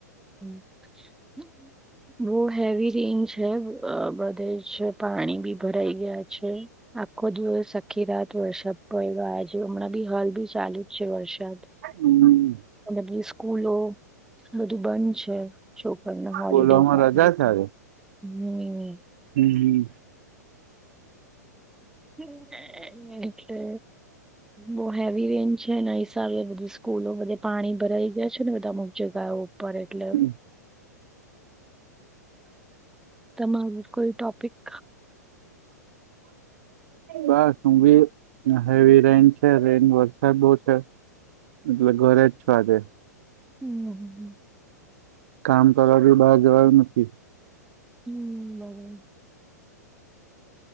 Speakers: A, in the centre; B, on the right.
A: હમ <unintelligible> બો હેવી રેન્જ છે. અ બધે જ પાણી બી ભરાઈ ગયા છે. આખો દિવસ આખી રાત વરસાદ પડ્યો આજુ હમણાં બી હાલ બી ચાલુ જ છે, વરસાદ
B: <inaudible>
A: અને સ્કૂલો બધી બંધ છે. છોકરને હોલિડે
B: બોલવામાં
A: આપી
B: રજા
A: દીધું
B: છે આજે
A: હમ...
B: <unintelligible>
A: <unintelligible> હ એટલે બોવ હેવી રેન છે, ને હિસાબે બધી સ્કૂલો બધે પાણી ભરાઈ ગયા છે, ને બધા અમુક જગાઓ પર એટલે.
B: <inaudible>
A: તમારૂ કોઈ ટોપિક?
B: બસ <unintelligible> હેવી રેન છે. રેન વરસાદ બોવ છે એટલે ઘરે જ છો આજે.
A: <unintelligible>
B: કામ કરવા બી બહાર જવાયુ નથી.
A: હમમ....